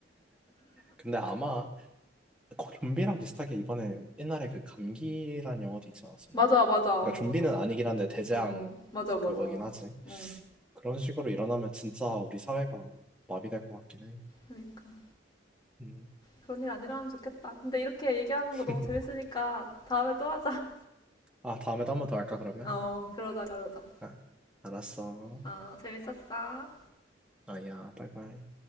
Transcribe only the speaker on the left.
맞아, 맞아.
어,
맞아.
어, 맞아, 맞아.
응
그러니까.
그런 일 아니라면 좋겠다. 근데 이렇게 얘기하는
거 너무 재밌으니까 다음에 또 하자.
<laughs>
어, 그러자, 그러자.
어, 재밌었어.